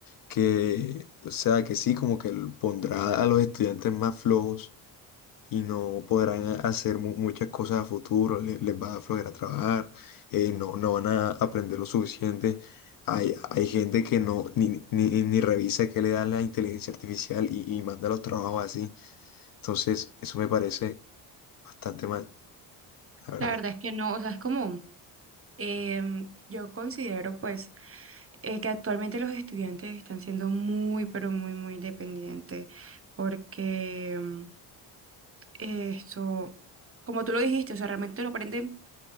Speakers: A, on the left (about 50°); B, on the right (about 30°).
A: que, o sea, que sí, como que l- pondrá a los estudiantes más flojos y no podrán a- hacer mu- muchas cosas a futuro, le- les va a flojera trabajar, eh, no, no van a aprender lo suficiente. Hay, hay gente que no ni, ni, ni revisa qué le da la inteligencia artificial y, y manda los trabajos así. Entonces, eso me parece bastante mal, la verdad.
B: La verdad es que no, o sea, es como, em, yo considero pues eh, que actualmente los estudiantes están siendo muy, pero muy, muy dependientes porque em, esto, como tú lo dijiste, o sea, realmente lo aprenden